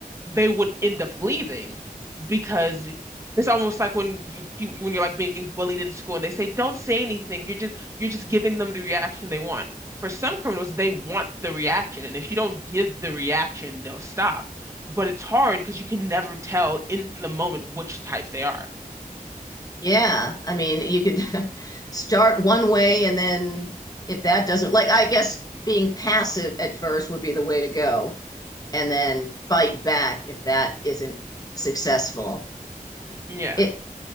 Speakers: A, on the right (about 20°); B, on the left (about 25°).
A: they would end up leaving because it's almost like when you, you when you're like being bullied in school and they say, don't say anything. You're just you're just giving them the reaction they want. For some criminals, they want the reaction. And if you don't give the reaction, they'll stop. But it's hard because you can never tell in the moment which type they are.
B: Yeah. I mean, you could <laughs> start one way and then if that doesn't, like, I guess being passive at first would be the way to go and then fight back if that isn't successful.
A: Yeah.
B: It,